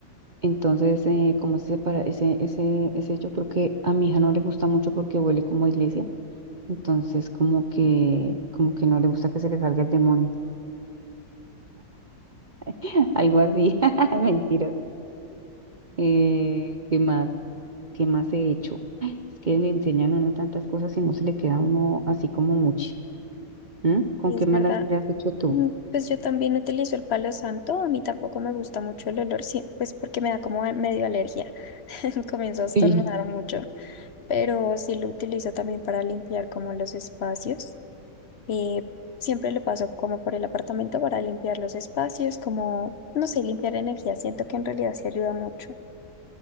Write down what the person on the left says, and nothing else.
Y
Es
verdad.
Mm, Pues yo también utilizo el palo santo. A mí tampoco me gusta mucho el olor, sí, pues porque me da como medio alergia. <laughs> Comienzo a estornudar
mucho. pero sí lo utilizo también para limpiar como los espacios. Eh, siempre lo paso como por el apartamento para limpiar los espacios, como, no sé, limpiar energía. Siento que en realidad sí ayuda mucho.